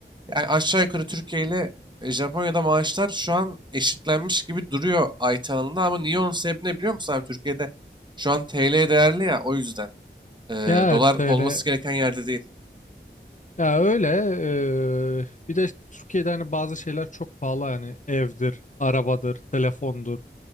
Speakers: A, on the right (about 25°); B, on the left (about 40°).
A: Yani aşağı yukarı Türkiye ile e, Japonya'da maaşlar şu an eşitlenmiş gibi duruyor ay alanında ama niye onun sebebi ne biliyor musun abi? Türkiye'de şu an TL değerli ya o yüzden. Ee,
B: Ya
A: dolar
B: evet öyle.
A: olması gereken yerde değil.
B: Ya öyle eee, bir de Türkiye'de hani bazı şeyler çok pahalı yani evdir, arabadır, telefondur